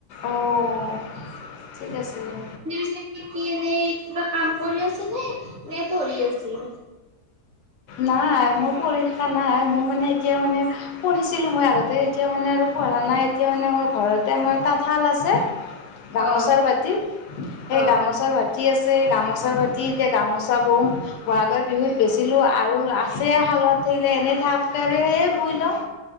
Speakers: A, on the left; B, on the right.
A: অ' ঠিক আছে দিয়া।
B: <unintelligible> কিবা কাম কৰি আছে নে? নে পঢ়ি আছে?
A: নাই মই পঢ়ি থাকা নাই মই মানে এতিয়া মানে পঢ়িছিলো মই আগতে এতিয়া মানে আৰু পঢ়া নাই এতিয়া মানে মই ঘৰতে আমাৰ তাঁতশাল আছে। গামোচাৰ
B: অ
A: বাতি, সেই
B: অ
A: গামোচাৰ বাতি আছে। গামোচাৰ বাতি এতিয়া গামোচ চাব বহাগৰ বিহুত বেচিলো আৰু আছে শালত থাকিলে এনেই ঠাক তে আৰু সেয়েই বুই লওঁ।